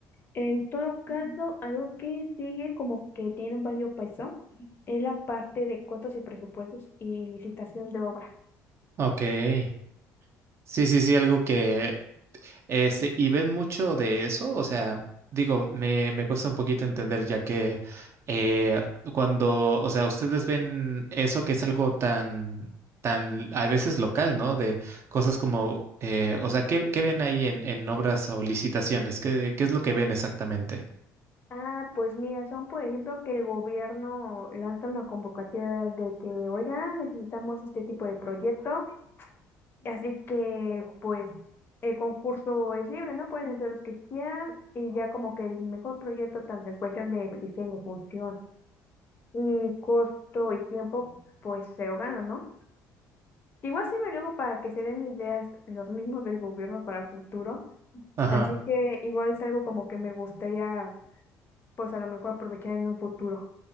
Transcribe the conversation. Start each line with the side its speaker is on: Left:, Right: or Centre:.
Left: En todo caso, algo que sigue como que tiene un valor peso es la parte de costos y presupuestos y licitación de obra.
Right: Ok. Sí, sí, sí, algo que Este, y ven mucho de eso, o sea, digo, me, me cuesta un poquito entender, ya que eh, cuando, o sea, ustedes ven eso que es algo tan, tan, a veces local, ¿no? De cosas como, eh, o sea, ¿qué, qué ven ahí en, en obras o licitaciones? ¿Qué, qué es lo que ven exactamente?
Left: Ah, pues mira, son por ejemplo que el gobierno lanza una convocatoria de que, oigan, necesitamos este tipo de proyecto, así que pues el concurso es libre, ¿no? Pueden entrar los que quieran y ya como que el mejor proyecto, tanto en cuestión de diseño, función y costo y tiempo, pues se lo ganan, ¿no? Igual sirve luego para que se den ideas los mismos del gobierno para el futuro.
Right: Ajá,
Left: Así que igual es algo como que me gustaría, pues a lo mejor aprovechar en un futuro.